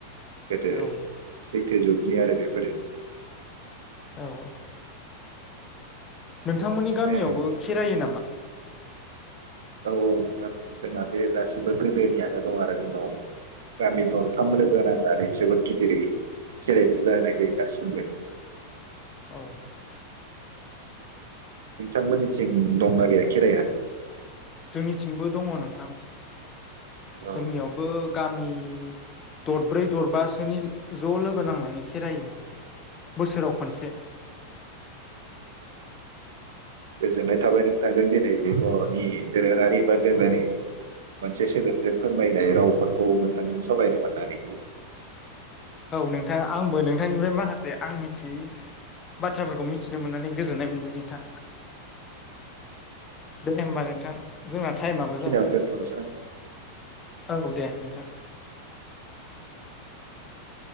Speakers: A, on the right; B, on the left.
A: गोदो
B: औ
A: सैत्य जुगनि आरो बेफोरो
B: औ नोंथांमोननि
A: औ
B: गामियावबो खेरायो नामा
A: औ औ नोंथां जोंना बे दासिमबो गोदोनियानो दं आरो जोंनाव। गामि दरथाम
B: औ
A: लोगो नांनानै जोबोद गिदिरै खेरे फुजा होनाय जायो दासिमबो।
B: औ
A: नोंथांमोननिथिं दंना गैया खेराइआ?
B: जोंनिथिंबो दङ नोंथां जोंनियावबो
A: औ
B: गामि दरब्रै दरबासोनि ज' लोगो नांनानै खेरायो। बोसोराव खनसे।
A: गोजोननाय थाबाय नोंथांजों दिनै बर'नि दोरोङारि बा गोदोनि मोनसे सोदोबजों फोरमायनाय रावफोरखौ नोंथांजों सावरायनो मोननानै
B: औ नोंथां आंबो नोंथांनिफ्राय माखासे आं मिथियि बाथ्रा बाथ्राफोरखौ मिथिनो मोननानै गोजोननाय मोनबाय नोंथां। दे होमबा नोंथां जोंना टाइमाबो
A: खिनियावनो
B: जाबायना।
A: दोनथ'नोसै नोंथां
B: औ दे नोंथां।